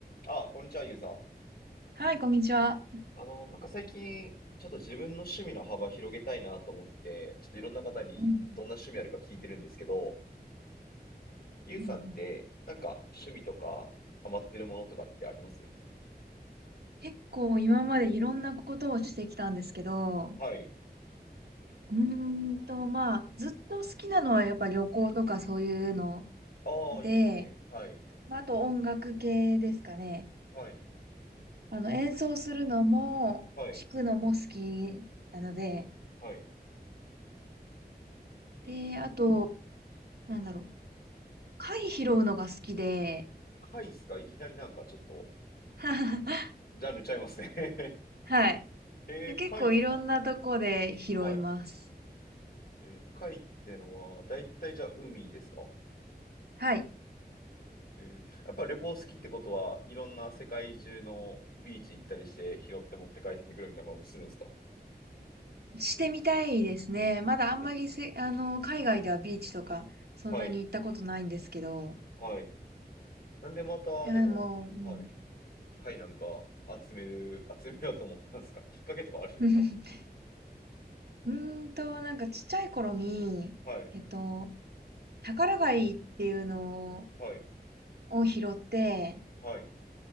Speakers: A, on the left (about 65°); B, on the right (about 70°).
A: ああ、こんにちは、ゆうさん。
B: はい、こんにちは。
A: あの、なんか最近、ちょっと自分の趣味の幅広げたいなと思って、ちょっといろんな方にどんな趣味あるか聞いてるんですけど、
B: うん
A: ゆうさんって、
B: うんうん
A: なんか趣味とか、ハマってるものとかってあります
B: 結構今までいろんなことをしてきたんですけど、
A: はい。
B: うーんと、まあ、ずっと好きなのはやっぱ旅行とかそういうの
A: ああ、
B: で、
A: いいですね。はい。
B: まああと音楽系ですかね。
A: はい。
B: あの、
A: いいです。
B: 演奏するのも、
A: はい。
B: 弾くのも好きなので、
A: はい。いいですね。
B: で、あと、なんだろう、貝拾うのが好きで、
A: 貝っすかいきなりなんかちょっと、
B: <laughs>
A: ジャンルちゃいますね <laughs>
B: はい。
A: えー、
B: 結構いろんなとこで拾います。
A: 貝っすかはい。えー、貝ってのは、だいたいじゃあ海ですか
B: はい。
A: えーやっぱ旅行好きってことは、いろんな世界中のビーチ行ったりして、拾って持って帰ってくるみたいなこともするんですか
B: してみたいですね。まだあんまりせ、
A: え、
B: あの、海外ではビーチとか、そんなに行ったことないんですけど。
A: はい、はい。なんでまた、
B: いや、
A: でも、
B: もう、うん。
A: はい、貝なんか集める、集めようと思ったんですかきっかけとかあるんですか
B: <laughs> うーんと、なんかちっちゃい頃に、
A: はい、
B: えっと、宝貝っていうの
A: はい、
B: を拾って、
A: はい、